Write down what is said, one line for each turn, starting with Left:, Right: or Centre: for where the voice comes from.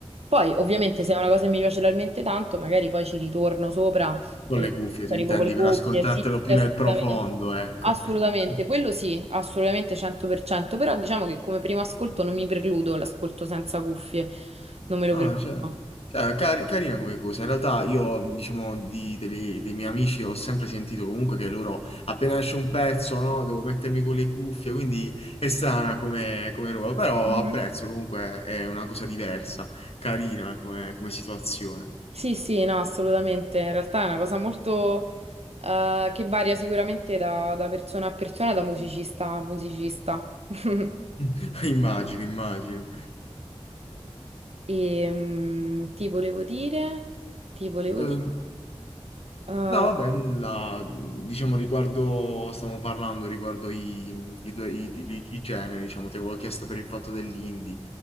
Right: Poi, ovviamente, se è una cosa che mi piace talmente tanto, magari poi ci ritorno sopra
Left: Con
Right: e
Left: le cuffie, tu
Right: arrivo
Left: intendi,
Right: con le cuffie.
Left: per ascoltartelo
Right: Sì, sì,
Left: più
Right: assolutamente.
Left: nel profondo, ecco.
Right: Assolutamente,
Left: <laughs>
Right: quello sì, assolutamente 100%, però diciamo che come primo ascolto non mi precludo l'ascolto senza cuffie, non me lo
Left: Ah,
Right: precludo.
Left: cioè, cioè, cari- carina come cosa. In realtà io, diciamo, di- degli- dei miei amici ho sempre sentito comunque che loro, appena esce un pezzo, no, devo mettermi con le cuffie, quindi è strana come, come roba, però
Right: Mhm.
Left: apprezzo comunque, è una cosa diversa, carina come, come situazione.
Right: Sì, sì, no, assolutamente. In realtà è una cosa molto eh, che varia sicuramente da, da persona a persona, da musicista a musicista. <laughs>
Left: <laughs> Immagino, immagino.
Right: E mm, ti volevo dire, ti volevo
Left: Ehm,
Right: dire, eh,
Left: No, vabbè, nulla, diciamo, riguardo, stiamo parlando riguardo i, i due, i, i- i generi, diciamo, ti avevo chiesto per il fatto dell'indie.